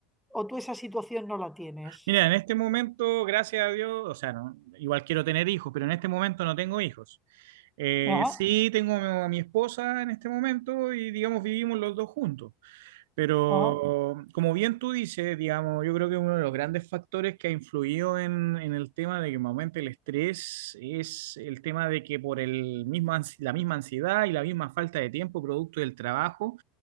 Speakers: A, in the centre; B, on the right.
A: o tú esa situación no la tienes.
B: Mira, en este momento, gracias a Dios, o sea, no, igual quiero tener hijos, pero en este momento no tengo hijos. Eh,
A: Ajá,
B: sí tengo a mi esposa en este momento y digamos vivimos los dos juntos. Pero
A: ajá,
B: como bien tú dices, digamos, yo creo que uno de los grandes factores que ha influido en, en el tema de que me aumente el estrés es el tema de que por el mismo, ans- la misma ansiedad y la misma falta de tiempo producto del trabajo,